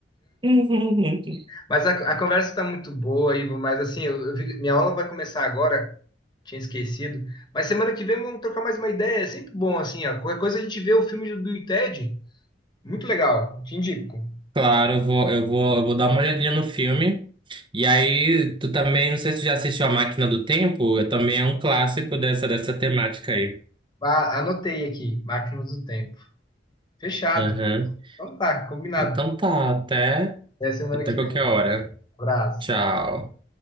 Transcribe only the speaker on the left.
Mas a, a conversa está muito boa, Ivo, mas assim, eu, eu vi- minha aula vai começar agora, tinha esquecido. Mas semana que vem vamos trocar mais uma ideia, é sempre bom, assim, ó, qualquer coisa a gente vê o filme do Bill e Ted, muito legal, te indico.
Ah, anotei aqui, Máquinas do Tempo. Fechado.
Então tá, combinado.
Até semana
que
vem.
Abraço.